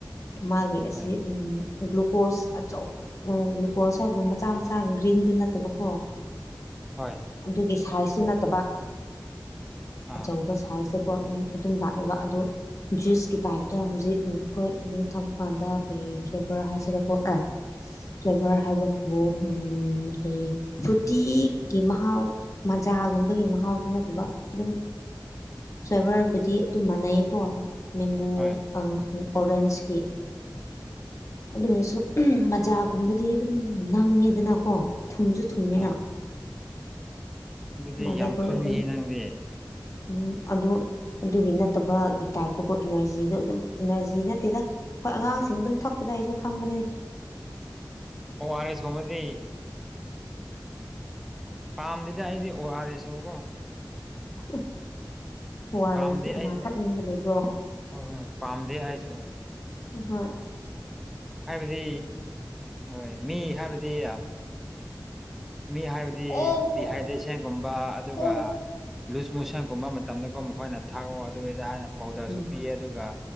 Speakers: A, on the left; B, in the centre.
A: ꯃꯥꯒꯤ ꯑꯁꯤ
B: ꯍꯣꯏ
A: ꯒ꯭ꯂꯨꯀꯣꯁ ꯑꯆꯧ ꯎꯝ ꯒ꯭ꯂꯨꯀꯣꯁ ꯍꯥꯏꯕ ꯃꯆꯥ ꯃꯆꯥ ꯒ꯭ꯔꯤꯟꯗꯨ ꯅꯠꯇꯕꯀꯣ
B: ꯍꯣꯏ
A: ꯑꯗꯨꯒꯤ ꯁꯥꯏꯖꯇꯨ ꯅꯠꯇꯕ
B: ꯑꯥ
A: ꯑꯆꯧꯕ ꯁꯥꯏꯖ ꯎꯝ ꯑꯗꯨꯝ ꯂꯥꯛꯑꯦꯕ ꯑꯗꯨ ꯖꯨꯁꯀꯤ ꯇꯥꯏꯞꯇ ꯍꯧꯖꯤꯛ ꯑꯩꯈꯣꯏ ꯑꯗꯨꯝ ꯊꯄ ꯀꯥꯟꯗ ꯀꯔꯤ ꯐ꯭ꯂꯦꯚꯔ ꯍꯥꯏꯁꯤꯔꯦꯀꯣ ꯑꯦ ꯐ꯭ꯂꯦꯚꯔ ꯍꯥꯏꯕꯕꯨ ꯎ ꯀ ꯐ꯭ꯔꯨꯇꯤꯒꯤ ꯃꯍꯥꯎ ꯆꯥꯒꯨꯝꯕꯒꯤ ꯃꯍꯥꯎꯁꯨ ꯅꯠꯇꯕ ꯑꯗꯨꯝ ꯐ꯭ꯂꯦꯕꯔ ꯑꯗꯨꯝ ꯃꯥꯟꯅꯩꯀꯣ ꯃꯦꯡꯒꯣ
B: ꯍꯣꯏ
A: ꯑꯣꯔꯦꯟꯁꯀꯤ ꯑꯗꯨ ꯑꯣꯏꯔꯁꯨ ꯃꯖꯥꯒꯨꯝꯕꯗꯤ ꯑꯗꯨꯝ ꯅꯪꯉꯦꯗꯅꯀꯣ ꯊꯨꯝꯁꯨ ꯊꯨꯝꯃꯤꯅ
B: ꯑꯥ ꯑꯗꯨꯗꯤ
A: ꯃꯥꯗꯤ
B: ꯌꯥꯝ
A: ꯑꯩꯈꯣꯏ
B: ꯈꯪꯉ
A: ꯑꯗꯨꯝ
B: ꯅꯪꯗꯤ
A: ꯎꯝ ꯑꯗꯨ ꯑꯗꯨꯒꯤ ꯅꯠꯇꯕꯒꯤ ꯇꯥꯏꯞꯇꯀꯣ ꯏꯅꯔꯖꯤꯗꯣ ꯑꯗꯨꯝ ꯏꯅꯔꯖꯤ ꯅꯠꯇꯦꯗ ꯍꯣꯏ ꯑꯉꯥꯡꯁꯤꯡ ꯑꯗꯨꯝ ꯊꯛꯄꯗ ꯑꯩꯁꯨ ꯈꯪꯕꯅꯦ
B: <unintelligible> ꯋꯥꯔ ꯑꯦꯁ ꯀꯃꯗꯤ ꯄꯥꯝꯗꯗꯤ ꯑꯩꯗꯤ ꯑꯣꯔꯛꯔꯦ ꯁꯧꯕꯀꯣ
A: <unintelligible> ꯍꯔꯦ
B: ꯄꯥꯝꯗꯦ
A: ꯁꯤ ꯀꯅꯥ
B: ꯑꯩ
A: ꯊꯛꯅꯤꯡꯕ ꯂꯩꯕꯣ
B: ꯍꯣꯏ ꯍꯣꯏ ꯄꯥꯝꯗꯦ ꯑꯩꯁꯨ
A: ꯍꯝ
B: ꯍꯥꯏꯕꯗꯤ ꯍꯣꯏ ꯃꯤ ꯍꯥꯏꯕꯗꯤ ꯑ ꯃꯤ ꯍꯥꯏꯕꯗꯤ
A: ꯎꯝ
B: ꯗꯤꯍꯥꯏꯗ꯭ꯔꯦꯁꯟꯒꯨꯝꯕ ꯑꯗꯨꯒ
A: ꯎꯝ
B: ꯂꯨꯖ ꯃꯣꯁꯟꯒꯨꯝꯕ ꯃꯇꯝꯗꯀꯣ ꯃꯈꯣꯏꯅ ꯊꯥꯛꯑꯣ ꯑꯗꯨꯏꯗ ꯍꯥꯏꯅ ꯄꯥꯎꯗꯔꯁꯨ
A: ꯎꯝ
B: ꯄꯤꯌꯦ ꯑꯗꯨꯒ